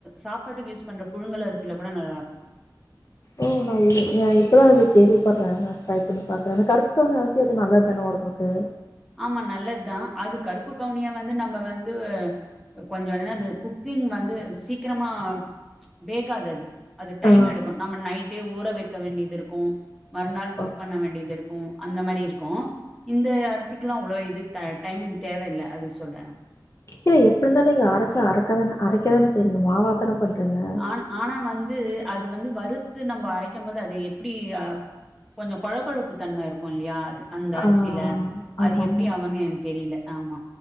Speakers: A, in the centre; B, on the left (about 40°).
A: சாப்பாட்டுக்கு யூஸ் பண்ற புழுங்கல் அரிசில கூட நல்லாருக்கு
B: ஓ நய் நா இப்பதா அது கேள்விப்பர்றே நா ட்ரை பண்ணி பாக்றே அந்த கருப்பு கவுணி அரிசி அது நல்லத்தான ஒடம்பு கு
A: ஆமா நல்லத் தா அது கருப்பு கவுனியாவ் வந்து நம்ம வந்துஅ கொஞ்சோ என்னாது குக்கிங் வந்து சீக்ரமா வேகாதது அது டைம்
B: ஆ
A: எடுக்கு நம்ம நைட்டே ஊற வெக்க வேண்டியதிருக்கு மறுநாள் குக்
B: ஓகே
A: பண்ண வேண்டிதுர் உ அந்த மாரி இருக்கு இந்த அரிசிக்லா அவ்ளோ இது த டைமிங் தேவயில்ல அது சொல்றேனா
B: இல்ல எப்ருந்தாலு இங்க அரச்சா அரக்காதான அரைக்கதான செய்றீங்க மாவாத்தன பண்றீங்க
A: ஆன் ஆனா வந்து அது வந்து வறுத்து நம்ப அரைக்கும்போது அது எப்டி ஆ கொஞ்சோ கொழ கொழப்பு தன்ம இருக்கு இல்யா அது அந்த அரிசில
B: ஆ
A: அது
B: ஆமா
A: எப்டி
B: ஆமா
A: ஆவன்னு எனக் தெரில ஆமா